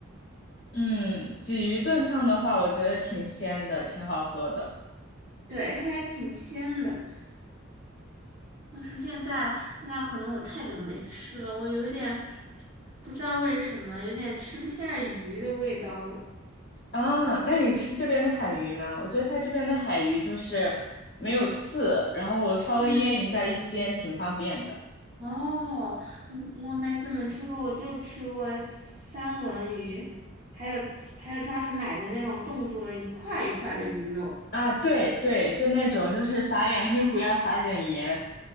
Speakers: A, on the left; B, on the right.
A: 嗯，鲫鱼炖汤的话，我觉得挺鲜的，挺好喝的
B: 对，还挺鲜的。但是现在现在可能我太久没吃了，我有一点不知道为什么，有点吃不下鱼的味道了。
A: 啊。那你吃这边的海鱼吗？我觉得它这边的海鱼就是没有刺，然后我稍微腌一下一煎，
B: 嗯，
A: 挺方便的
B: 哦，嗯，我没怎么吃过，我就吃过三文鱼，还有还有超市买的那种冻住了一块一块的鱼肉。
A: 啊。对对，就那种就是撒点黑胡椒，撒点盐，